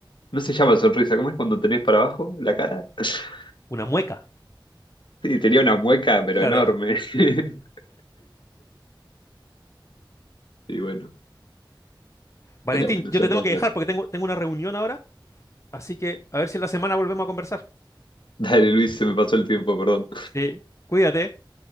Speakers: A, on the left (about 70°); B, on the left (about 35°).
A: No se llama sonrisa, ¿cómo es cuando tenés para abajo la cara? <laughs>
B: una mueca,
A: Y tenía una mueca, pero
B: claro.
A: enorme.
B: Claro.
A: <laughs> Y bueno,
B: Valentín,
A: pero bueno,
B: yo
A: son
B: te tengo
A: cosas.
B: que dejar porque tengo, tengo una reunión ahora, así que a ver si en la semana volvemos a conversar.
A: Dale, Luis, se me pasó el tiempo, perdón.
B: Sí, cuídate.